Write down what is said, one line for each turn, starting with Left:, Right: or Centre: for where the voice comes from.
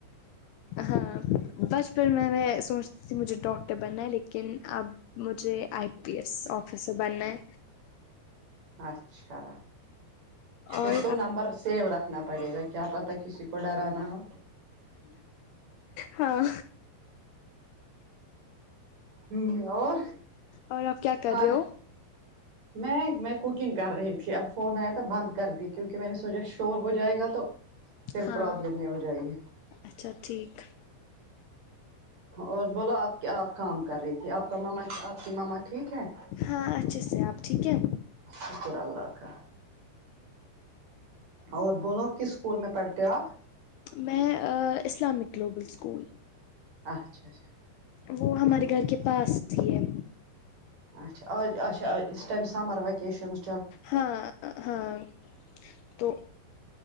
Left: ہاں بچپن میں میں سوچتی تھی مجھے ڈاکٹر بننا ہے لیکن اب مجھے آئی پی ایس آفسر بننا ہے
Right: اچھا پھر
Left: اور
Right: تو نمبر سیو رکھ نا پڑے گا کیا پتا کسی کو ڈرانا ہو
Left: ہاں
Right: ہمم اور
Left: اور آپ کیا
Right: کھانا
Left: کر رہے ہو
Right: میں میں کوکنگ کر رہی تھی اب فون آیا تو بند کر دی کیونکہ میں نے سوچا شور ہو جائے گا تو پھر
Left: ہاں
Right: پروابلم یہ ہو جائی
Left: اچھا ٹھیک
Right: اور بولو آپ آپ کام کر رہی تھی آپ کا ماما آپ کی ماما ٹھیک ہے
Left: ہاں اچھے سے آپ ٹھیک ہے
Right: شکر اللہ کا اور بولو کس اسکول میں پڑھتے ہو آپ
Left: میں اسلامک گلوبل سکول
Right: اچھا اچھا
Left: وہ ہمارے
Right: ٹھیک
Left: گھر کے پاس ہی ہے
Right: اچھا اچا ا اس ٹائم سمر وکیشنز
Left: ہاں ہاں تو